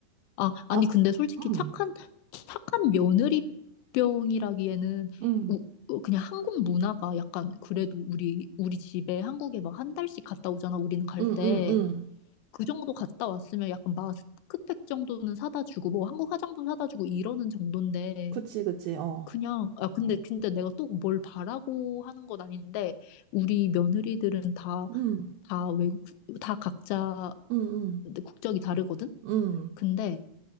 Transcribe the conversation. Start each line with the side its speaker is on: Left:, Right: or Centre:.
Left: 아,
Right: 아,
Left: 아니,
Right: 그,
Left: 근데 솔직히
Right: 음,
Left: 착한, 착한 며느리병이라기에는
Right: 음,
Left: 우- 우- 그냥 한국 문화가 약간 그래도 우리, 우리 집에 한국에 막 한 달씩 갔다 오잖아, 우리는 갈
Right: 음,
Left: 때.
Right: 음, 음,
Left: 그 정도 갔다 왔으면 약간 마스크팩 정도는 사다 주고, 뭐 한국 화장품 사다 주고 이러는 정도인데.
Right: 그치, 그치, 어,
Left: 그냥, 아, 근데, 근데 내가 또 뭘 바라고 하는 건 아닌데, 우리 며느리들은 다,
Right: 음,
Left: 다 외국, 다 각자
Right: 음, 음,
Left: 국적이 다르거든?
Right: 음.
Left: 근데